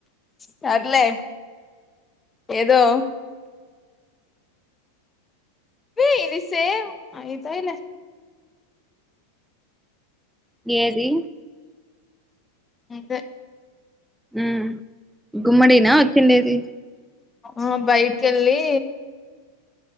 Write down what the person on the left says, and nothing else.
సర్లే ఏదో వే ఇది సేవ్ అయితాయిలె
నువ్వే
ఆ బైట్కెళ్ళీ